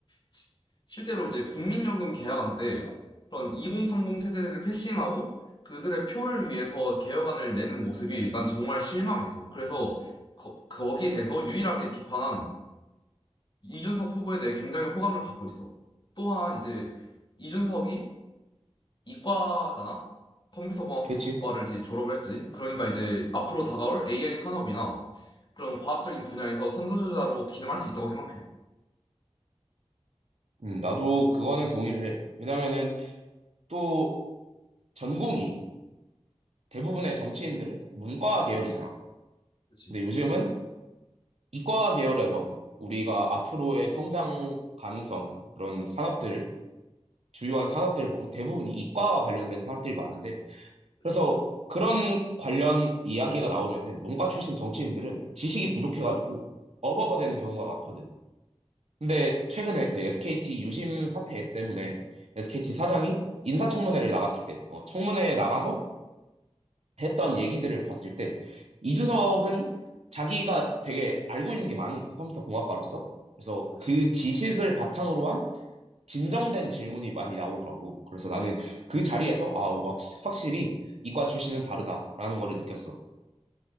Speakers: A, on the left; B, on the right.
A: 시- 실제로 이제 국민연금 개혁안때 그런 2030 세대들을 패싱하고 그들의 표를 위해서 개혁안을 내는 모습이 난 정말 실망했어. 그래서 거, 거기에 대해서 유일하게 비판한 이준석 후보에 대해 굉장히 호감을 갖고 있어. 또한 이제 이준석이 이과잖아? 컴퓨터공학과를
B: 그렇지?
A: 이제 졸업을 했지. 그러니까 이제 앞으로 다가올 AI 산업이나 그런 과학적인 분야에서 선두주자로 기능할 수 있다고 생각해.
B: 음, 나도 그거는 동의를 해. 왜냐면은 또 전공이 대부분의 정치인들은 문과 계열이잖아.
A: 그치,
B: 근데 요즘은 이과 계열에서 우리가 앞으로의 성장 가능성, 그런 산업들을, 주요한 산업들을 보면 대부분이 이과와 관련된 산업들이 많은데,
A: 그치,
B: 그래서 그런 관련 이야기가 나오면은 문과 출신 정치인들은 지식이 부족해가지고 어버버 되는 경우가 많거든. 근데 최근에 그 SKT 유심 사태 때문에 SKT 사장이 인사청문회를 나갔을 때, 어, 청문회에 나가서 했던 얘기들을 봤을 때, 이준석은 자기가 되게 알고 있는 게 많으니까 컴퓨터 공학과로서. 그래서
A: 그치.
B: 그 지식을 바탕으로 한 진정된 질문이 많이 나오더라고. 그래서 나는 그 자리에서, 아, 확- 확실히 이과 출신은 다르다라는 거를 느꼈어.